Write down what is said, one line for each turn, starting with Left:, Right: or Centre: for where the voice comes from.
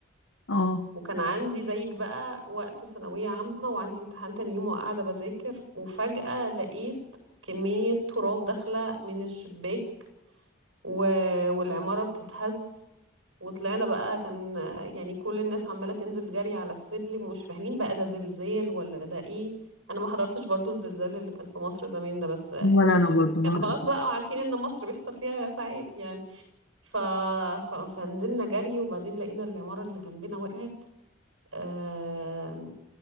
Left: اه
Right: وكان عندي زيك بقى وقت ثانوية عامة وعندي امتحان تاني يوم وقاعدة بذاكر وفجأة لقيت كمية تراب داخلة من الشباك و... والعمارة بتتهز وطلعنا بقى كان يعني كل الناس عمالة تنزل جري على السلم ومش فاهمين بقى ده زلزال ولا ده ايه انا ما حضرتش برضو الزلزال اللي كان في مصر زمان ده بس
Left: ولا
Right: بس
Left: انا برضو
Right: ده كان
Left: ما
Right: خلاص
Left: هقدر
Right: بقى عارفين ان مصر بيحصل فيها ساعات يعني ف... ف... فنزلنا جري وبعدين لقينا العمارة اللي جنبنا وقعت آم،